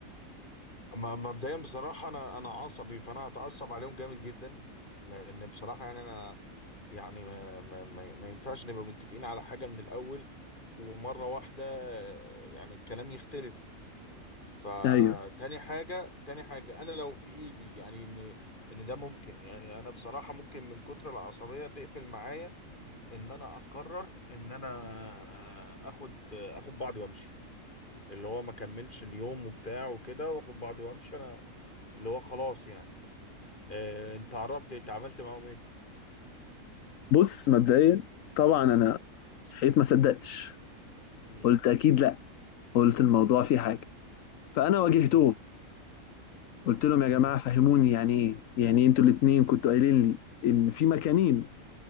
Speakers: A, on the left; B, on the left.
A: ما- مبدئيا بصراحه انا انا عصبي فانا هتعصب عليهم جامد جدا لان بصراحه يعني انا يعني ما, ما, ما, ما ينفعش نبقى متفقين على حاجة من الأول ومرة واحدة آه، يعني الكلام يختلف فتاني
B: ايوه
A: حاجة تاني حاجة أنا لو في إيدي يعني إن إن ده ممكن يعني أنا بصراحة ممكن من كتر العصبية تقفل معايا إن أنا أقرر إن أنا آه، آخد آه، آخد بعضي وأمشي اللي هو ما كملش اليوم وبتاع وكده وآخد بعضي وأمشي أنا اللي هو خلاص يعني آه، أنت عرفت أنت عملت معاهم إيه؟
B: بص مبدئيا طبعا انا صحيت ما صدقتش
A: مم.
B: قلت اكيد لا قلت الموضوع فيه حاجه فانا واجهتهم
A: مم.
B: قلت لهم يا جماعه
A: مم.
B: فهموني يعني ايه يعني إيه انتوا الاثنين كنتوا قايلين لي ان في مكانين